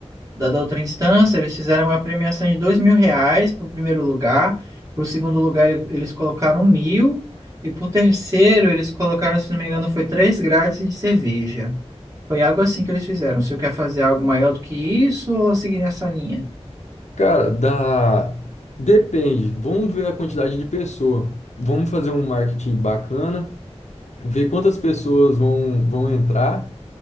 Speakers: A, on the right; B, on the left.
A: da, da outra instância, eles fizeram uma premiação de dois mil reais para o primeiro lugar. Para o segundo lugar, ele- eles colocaram um mil. E para o terceiro, eles colocaram, se não me engano, foi três grátis de cerveja. Foi algo assim que eles fizeram. Se eu quer fazer algo maior do que isso ou seguir nessa linha?
B: Cara, dá. Depende. Vamos ver a quantidade de pessoa. Vamos fazer um marketing bacana, ver quantas pessoas vão, vão entrar.